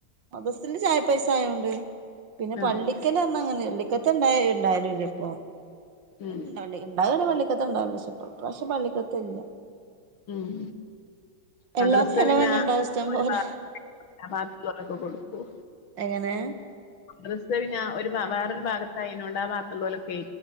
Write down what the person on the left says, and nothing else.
ആഹ്
ഉം
ഉം മദ്രസത്ത്
പിന്ന
ഒരുപാ.
<unintelligible> <unintelligible> കൊടുക്കും
ഡ്രസ് പിന്നെ ഒരു ഭാ വേറൊരു ഭാഗത്തായിനോണ്ട് ആ ഭാഗത്ത്‌ ഉള്ളോലോക്കേ